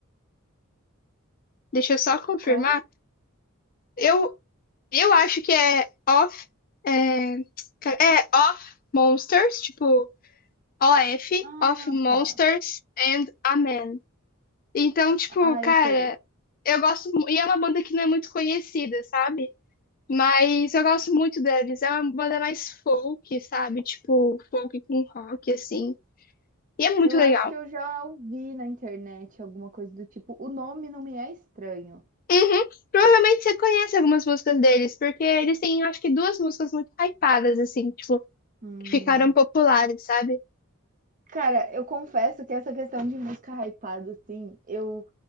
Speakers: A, on the left; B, on the right.
A: Deixa eu só confirmar.
B: Como?
A: Eu, eu acho que é Of. É, é Of Monsters, tipo, OF,
B: Ah,
A: Of Monsters
B: tá.
A: and a Man. Então, tipo,
B: Ah,
A: cara,
B: eu sei.
A: eu gosto. mu- E é uma banda que não é muito conhecida, sabe? Mas eu gosto muito deles. É uma banda mais folk, sabe? Tipo, folk com rock, assim. E é muito
B: Eu
A: legal.
B: acho que eu já ouvi na internet alguma coisa do tipo. O nome não me é estranho.
A: Uhum. Provavelmente você conhece algumas músicas deles, porque eles têm, acho que, duas músicas muito hypadas, assim, tipo,
B: Hum.
A: que ficaram populares, sabe?
B: Cara, eu confesso que essa questão de música hypada, assim, eu.